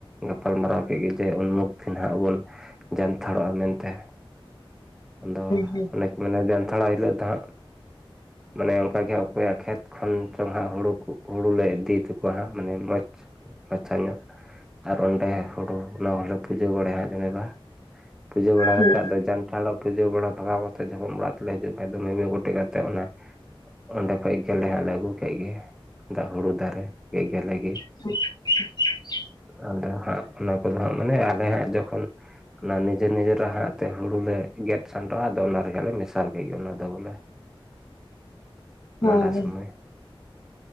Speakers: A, in the centre; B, on the left.
A: ᱜᱟᱯᱟᱞᱢᱟᱨᱟᱣ ᱠᱮᱫ ᱜᱮ ᱡᱮ ᱩᱱᱢᱩᱠᱷ ᱫᱤᱱ ᱦᱟᱸᱜ ᱵᱩᱱ ᱡᱟᱱᱛᱷᱟᱲᱚᱜᱼᱟ ᱢᱮᱱᱛᱮ ᱟᱫᱚ
B: ᱦᱩᱸ
A: ᱚᱱᱮ ᱢᱟᱱᱮ ᱡᱟᱱᱛᱷᱟᱲ ᱦᱤᱞᱳᱜ ᱫᱚ ᱦᱟᱸᱜ ᱢᱟᱱᱮ ᱚᱱᱠᱟᱜᱮ ᱚᱠᱚᱭᱟᱜ ᱠᱷᱮᱛ ᱠᱷᱚᱱ ᱪᱚᱝ ᱦᱟᱸᱜ ᱦᱩᱲᱩ ᱦᱩᱲᱩᱞᱮ ᱤᱫᱤ ᱛᱚᱠᱚᱣᱟ ᱦᱟᱸᱜ ᱢᱟᱱᱮ ᱢᱚᱡᱽ ᱢᱟᱪᱷᱟ ᱧᱚᱜ ᱟᱨ ᱚᱸᱰᱮ ᱦᱩᱲᱩ ᱚᱱᱟ ᱦᱚᱸᱞᱮ ᱯᱩᱡᱟᱹ ᱵᱟᱲᱟᱭᱟ ᱡᱮᱱᱮ ᱵᱟ ᱯᱩᱡᱟᱹ ᱵᱟᱲᱟ
B: ᱦᱩᱸ
A: ᱠᱟᱛᱮᱫ ᱟᱫᱚ ᱡᱟᱱᱴᱷᱟᱲᱟᱜ ᱯᱩᱡᱟᱹ ᱵᱟᱲᱟ ᱵᱷᱟᱜᱟᱣ ᱠᱟᱛᱮ ᱡᱚᱠᱷᱚᱱ ᱚᱲᱟᱜ ᱛᱮᱞᱮ ᱦᱤᱡᱩᱜ ᱠᱷᱟᱡ ᱫᱚ ᱢᱤᱢᱤᱫ ᱜᱚᱴᱮᱡ ᱠᱟᱛᱮᱫ ᱚᱱᱟ ᱚᱸᱰᱮ ᱠᱷᱚᱡ ᱜᱮᱞᱮ ᱦᱟᱸᱜ ᱞᱮ ᱟᱹᱜᱩ ᱠᱮᱫ ᱜᱮ ᱫᱟᱜ ᱦᱩᱲᱩ ᱫᱟᱨᱮ ᱜᱮ ᱜᱮᱞᱮ ᱜᱮ
B: <inaudible>
A: ᱟᱫᱚ ᱦᱟᱸᱜ ᱚᱱᱟ ᱠᱚᱫᱚ ᱦᱟᱸᱜ ᱢᱟᱱᱮ ᱟᱞᱮ ᱦᱟᱸᱜ ᱡᱚᱠᱷᱚᱱ ᱚᱱᱟ ᱱᱤᱡᱮ ᱱᱤᱡᱮᱨᱨᱮ ᱦᱟᱜ ᱛᱮ ᱦᱩᱲᱩ ᱞᱮ ᱜᱮᱫ ᱥᱟᱸᱰᱚᱜᱼᱟ ᱟᱫᱚ ᱚᱱᱟ ᱨᱮᱭᱟᱜᱜ ᱞᱮ ᱢᱮᱥᱟᱞ ᱠᱮᱫ ᱜᱮ ᱚᱱᱟ ᱫᱚ ᱵᱚᱞᱮ
B: ᱦᱳᱭ
A: ᱢᱟᱸᱰᱟ ᱥᱚᱢᱚᱭ